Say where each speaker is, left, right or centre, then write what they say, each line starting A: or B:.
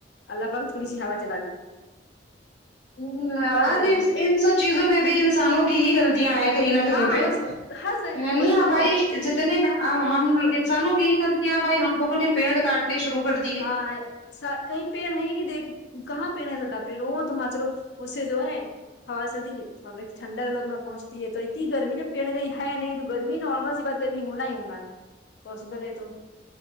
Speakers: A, on the left; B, on the left.
A: اللہ پاک تھوڑی سی ہوا چلا د
B: ہم اج
A: بتائیے
B: ان ان سب چیزوں میں بھی انسانوں کی ہی غلطیاں ہیں کہیں نہ کہیں
A: ہاں
B: پہ
A: بس ہر سے-
B: نہیں
A: وہی
B: نا
A: تو
B: بھائی جتنے ہم انسانوں کی یہ غلطیاں بھائی ہم لوگوں نے پیڑ کاٹنے شروع کر دی
A: ہاں سا کہیں پر نہیں دیکھ کہاں پیڑ نظر آیتہ ہے لو تم ا چلو اس سے جو ہے ہوا چلتی ٹھنڈے لوگ میں پنتی ہے تو اتنی گرمی جب پیڑ کہیں ہے نہیں تو گرمی نارمل سی بات گرمی ہونا ہی ہونا ہے پاسبل ہے تو